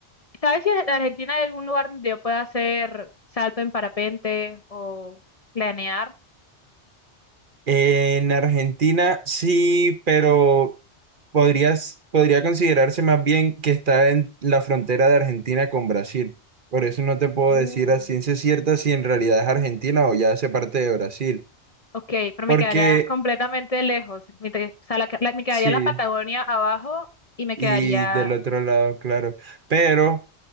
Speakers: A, on the left (about 35°); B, on the right (about 50°).
A: ¿Sabes si en Argentina hay algún lugar donde yo pueda hacer salto en parapente o planear?
B: En Argentina sí, pero podrías, podría considerarse más bien que está en la frontera de Argentina con Brasil. Por eso no te puedo
A: Uh.
B: decir a ciencia cierta si en realidad es Argentina o ya hace parte de Brasil.
A: Ok, pero
B: Porque
A: me quedaría completamente lejos. Me te- O sea, la- la- me quedaría
B: sí,
A: la Patagonia abajo y me
B: y
A: quedaría
B: del otro lado, claro. Pero